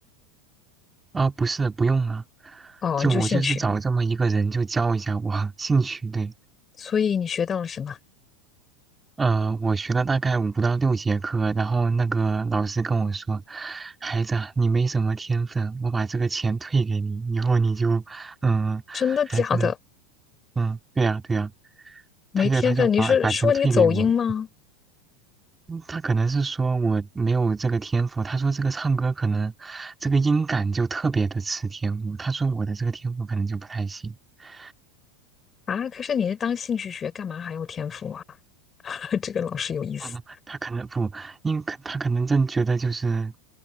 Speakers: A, on the right (about 15°); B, on the left (about 25°).
A: 啊，不是，不用啊，
B: 啊，
A: 就我就是找这么一个人就教一下我
B: 哦，你就兴趣，
A: <laughs> 兴趣。对，
B: 所以你学到了什么？
A: 呃，我学了大概五到六节课，然后那个老师跟我说，孩子啊你没什么天分，我把这个钱退给你，以后你就，嗯，
B: 真的假的？
A: 还是，嗯，对呀，对呀，
B: 没天分？
A: 他就他就把把钱退给我，
B: 你是说你走音吗？
A: 嗯他可能是说我没有这个天赋，他说这个唱歌可能这个音感就特别的吃天赋，他说我的这个天赋可能就不太行，<laughs>
B: 啊，可是你是当兴趣学，干嘛还要天赋啊？<laughs> 这个老师有意思。
A: 嗯他可能不，因可他可能真觉得就是